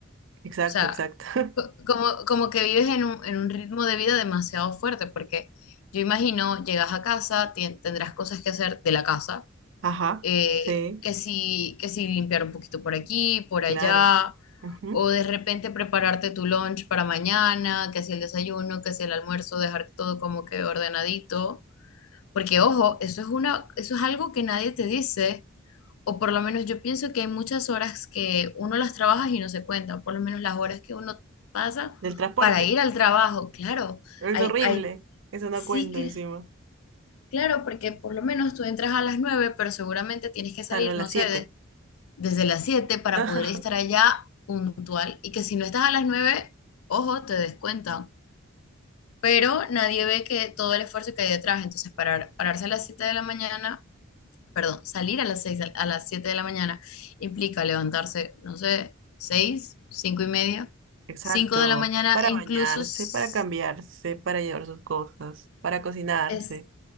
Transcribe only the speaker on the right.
Exacto,
exacto. <laughs>
Ajá,
sí,
claro. Ujú.
Del transporte,
es
horrible,
eso no
cuento encima.
Salgo
a las
siete
<laughs>
Exacto,
para
bañarse,
para cambiarse, para llevar sus cosas, para cocinarse.